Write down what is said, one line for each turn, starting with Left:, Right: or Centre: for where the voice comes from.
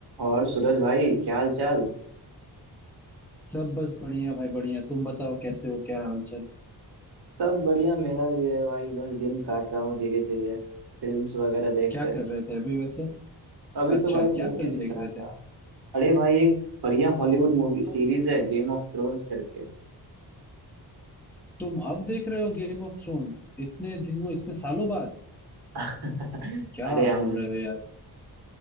Right: और सूरज भाई क्या हाल चाल
Centre: सब बस बढ़िया भाई बढ़िया तुम बताओ कैसे हो क्या हाल चाल
Right: सब बढ़िया मेरा भी है भाई बस दिन काट रहा हूँ धीरे धीरे फिल्म्स वगैरह देखकर
Centre: क्या कर रहे थे अभी वैसे
Right: अभी तो
Centre: अच्छा
Right: भाई
Centre: क्या
Right: मूवी
Centre: फिल्म
Right: देख
Centre: देख
Right: रहा
Centre: रहे
Right: था
Centre: थे
Right: अरे भाई एक बढ़िया हॉलीवुड मूवी सीरीज है गेम ऑफ थ्रोन्स करके
Centre: तुम अब देख रहे हो गेम ऑफ थ्रोन्स इतने दिनों इतने सालों बाद
Right: <laughs>
Centre: क्या
Right: अरे
Centre: बोल
Right: हम
Centre: रहे हो यार